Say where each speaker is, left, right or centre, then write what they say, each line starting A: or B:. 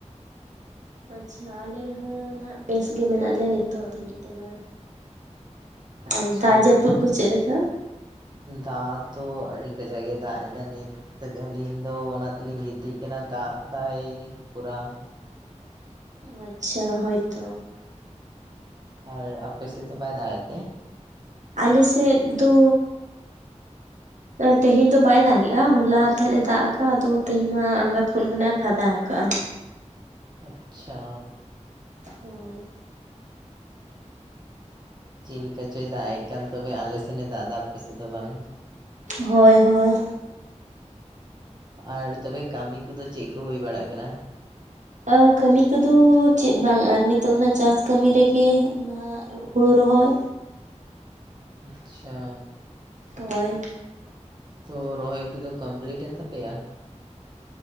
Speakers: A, on the right; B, on the right.
A: ᱟᱪᱪᱷᱟ ᱟᱞᱮ ᱨᱮᱦᱚᱸ ᱱᱟᱦᱱᱟᱜ ᱵᱮᱥ ᱜᱮ ᱢᱮᱱᱟᱜ ᱞᱮᱭᱟ ᱱᱤᱛᱚᱜ ᱫᱷᱟᱹᱵᱤᱡ ᱛᱮᱢᱟ
B: ᱟᱪᱪᱷᱟ
A: ᱟᱨ ᱫᱟᱜ ᱡᱟᱹᱯᱩᱫ ᱠᱚ ᱪᱮᱫ ᱞᱮᱠᱟ
B: ᱫᱟᱜ ᱫᱚ ᱟᱹᱰᱤ ᱠᱟᱡᱟᱠᱮᱭ ᱫᱟᱜ ᱮᱫᱟ ᱱᱤᱛ ᱟᱹᱞᱤᱧ ᱫᱚ ᱚᱱᱟ ᱛᱮᱞᱤᱧ ᱜᱤᱛᱤᱡ ᱠᱟᱱᱟ ᱫᱟᱜ ᱫᱟᱭ ᱯᱩᱨᱟ
A: ᱟᱪᱪᱷᱟ ᱦᱳᱭᱛᱚ
B: ᱟᱨ ᱟᱯᱮ ᱥᱮᱫ ᱫᱚ ᱵᱟᱭ ᱫᱟᱜᱮᱫ ᱛᱮ
A: ᱟᱞᱮᱥᱮᱫ ᱫᱚ
B: <unintelligible>
A: ᱛᱮᱦᱮᱧ ᱫᱚ ᱵᱟᱭ ᱫᱟᱜᱮᱜᱼᱟ ᱦᱚᱞᱟ ᱵᱟᱭ ᱮᱫᱮ ᱫᱟᱜ ᱟᱠᱟᱫ-ᱟ ᱟᱫᱚ ᱛᱮᱦᱮᱧ ᱢᱟ ᱟᱸᱲᱜᱟᱷᱟᱛ ᱠᱷᱚᱱ ᱜᱮ ᱮ ᱯᱷᱟᱫᱟ ᱟᱠᱟᱜ-ᱟ
B: ᱟᱪᱪᱷᱟ
A: ᱦᱳᱭ
B: ᱪᱮᱫ ᱞᱮᱠᱟ ᱪᱚᱭ ᱫᱟᱜ ᱮᱜ ᱠᱟᱱ ᱛᱚᱵᱮ ᱟᱞᱮ ᱥᱮᱱᱮ ᱫᱟᱜ ᱮᱫᱟ ᱟᱯᱮᱥᱮᱱ ᱫᱚ ᱵᱟᱝ
A: ᱦᱳᱭ ᱦᱳᱭ
B: ᱟᱨ ᱛᱚᱵᱮ ᱠᱟᱹᱢᱤ ᱠᱚᱫᱚ ᱪᱮᱫ ᱠᱚ ᱦᱩᱭ ᱵᱟᱲᱟᱜ ᱠᱟᱱᱟ
A: ᱟ ᱠᱟᱹᱢᱤ ᱠᱚᱫᱚ ᱪᱮᱫ ᱵᱟᱝ ᱟᱨ ᱱᱤᱛᱚᱜ ᱫᱚ ᱱᱟᱜ ᱪᱟᱹᱥ ᱠᱟᱹᱢᱤ ᱨᱮᱜᱮ ᱦᱩᱲᱩ ᱨᱚᱦᱚᱭ
B: ᱟᱪᱪᱷᱟ
A: ᱦᱳᱭ
B: ᱛᱚ ᱨᱚᱦᱚᱭ ᱠᱚᱫᱚ ᱠᱚᱢᱯᱞᱤᱴ ᱮᱱ ᱛᱟᱯᱮᱭᱟ